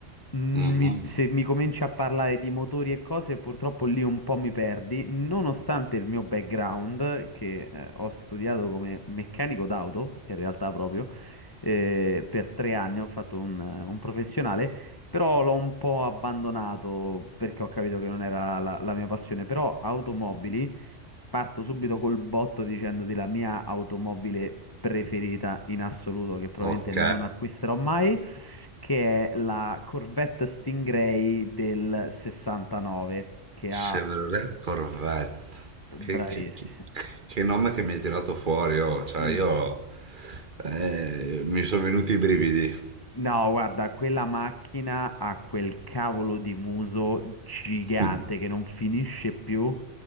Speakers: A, on the left; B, on the right.
A: Mm,
B: mhm.
A: mi- se mi cominci a parlare di motori e cose, purtroppo lì un po' mi perdi, nonostante il mio background, che, eh, ho studiato come meccanico d'auto, in realtà proprio, eh, per tre anni ho fatto un un professionale. Però l'ho un po' abbandonato perché ho capito che non era la, la mia passione. Però automobili, parto subito col botto dicendoti la mia automobile preferita in assoluto, che probabilmente
B: Ok,
A: non acquisterò mai, che è la Corvette Stingray del 69, che
B: Chevrolet
A: ha...
B: Corvette. Che,
A: Bravissimo.
B: che- che- che nome che mi hai tirato fuori, oh. Cioè,
A: Mm.
B: io eh, mi sono venuti i brividi.
A: No, guarda, quella macchina ha quel cavolo di muso gigante
B: <laughs>
A: che non finisce più